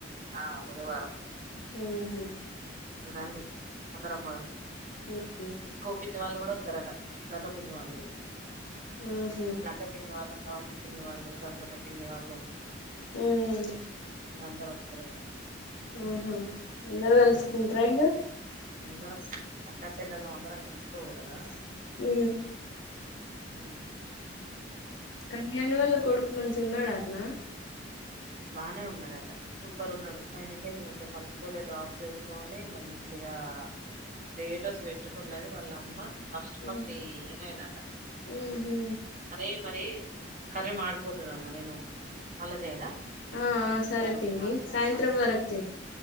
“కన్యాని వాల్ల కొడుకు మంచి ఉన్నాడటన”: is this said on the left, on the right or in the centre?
Left